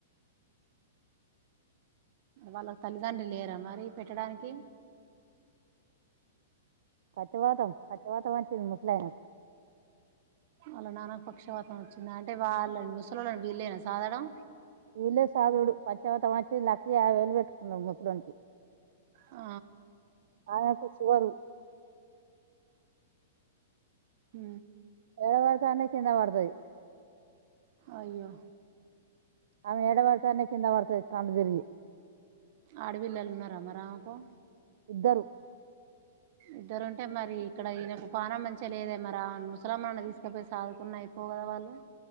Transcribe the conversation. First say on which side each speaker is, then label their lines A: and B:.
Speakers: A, on the right; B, on the right.
A: వాళ్ళకు తల్లిదండ్రి లేరా మరి పెట్టడానికి
B: పచ్చవాతం పచ్చవాతం వచ్చింది ముసలాయనకు
A: వాళ్ళ నాన్నకు పక్షవాతం వచ్చింద అంటే వాళ్ళ ముసలొల్లని వీళ్లే నా సాదడం
B: వీళ్లేే సాదుడు పచ్చవతం వచ్చి లక్ష యాభై వేలు పెట్టుకున్నం ముసలోనికి
A: ఆ
B: ఆయనకు షుగరు
A: ఉ
B: ఎడ పడితే అన్నే కింద పడతది
A: అయ్యో
B: ఆమె ఎడ బడితే అన్నే కింద పడ్తది కన్లు తిరిగి
A: ఆడపిల్లలు ఉన్నారా మర ఆమెకు
B: ఇద్దరు
A: ఇద్దరు ఉంటే మరి ఇక్కడ ఈయనకు పానం మంచిగా లేద మరి ఆ ముసలామెను తీసుకపోయి సాదుకున్న అయిపోవు కదా వాళ్ళు